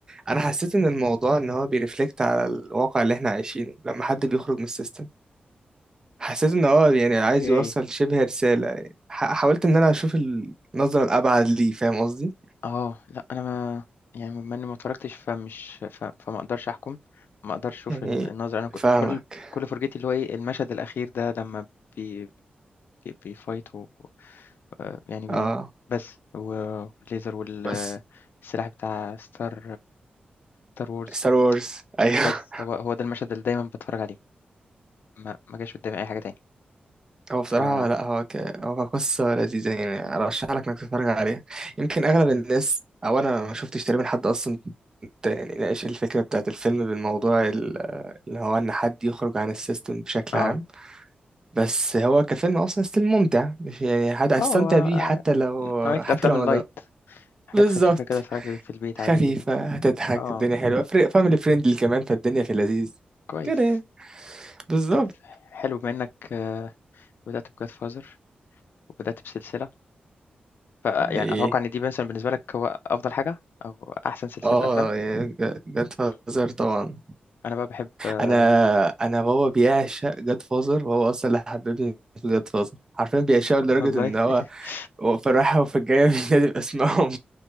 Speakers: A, on the right; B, on the left.
A: انا حسيت ان الموضوع ان هو بيرفلكت على الواقع اللي احنا عايشينه لما حد بيخرج من السيستم حسيت ان هو يعني
B: أوكي.
A: عايز يوصل شبه رسالة ح- حاولت ان انا اشوف النظرة الابعد ليه فاهم قصدي
B: آه، لأ أنا ما يعني بما إني ما اتفرجتش فمش ف فما أقدرش أحكم، ما أقدرش أشوف
A: يعني
B: ال النظرة أنا ك
A: فاهمك
B: كل كل فرجتي اللي هو إيه، المشهد الأخير ده لمّا بي بي بيfight و آآ يعني
A: اه
B: ب بس و والليزر وال
A: بس
B: السلاح بتاع star star wars
A: ستار وورز <laughs> ايوه
B: بس هو هو ده المشهد اللي دايمًا باتفرج عليه، ما ما جاش قدامي أي حاجة تاني.
A: هو بصراحة
B: ف آه،
A: لا هو ك... هو قصة لذيذة يعني أرشح لك إنك تتفرج عليها يمكن أغلب الناس أو أنا ما شفتش تقريبا حد أصلا ت- يعني ناقش الفكرة بتاعت الفيلم بالموضوع ال- اللي هو إن حد يخرج عن السيستم بشكل
B: آه،
A: عام بس هو كفيلم أصلا ستيل ممتع مش يعني حد هتستمتع
B: هو آآ
A: بيه حتى لو
B: نوعية
A: حتى
B: الأفلام
A: لو ما
B: الlight.
A: ده
B: حاجات
A: بالظبط
B: خفيفة كده أتفرج في البيت عادي
A: خفيفة هتضحك
B: آه
A: الدنيا حلوة <laughs> فاميلي فريندلي كمان فالدنيا في اللذيذ
B: كويس
A: كده يعني. بالظبط
B: طب حلو بما إنك آه، بدأت بجاد فازر وبدأت بسلسلة فيعني
A: إيه.
B: أتوقع إن دي مثلا بالنسبة لك هو أفضل حاجة أو أحسن سلسلة
A: اه
B: أفلام
A: يعني جاد فازر
B: مم.
A: طبعا
B: أنا بقى بحب آه،
A: انا انا بابا بيعشق جاد فازر وهو اصلا اللي حببني في جاد فازر عارفين بيعشقه
B: <laughs>
A: لدرجه
B: والله
A: ان هو
B: <laughs>
A: هو في الرايحه وفي الجايه بينادي باسمهم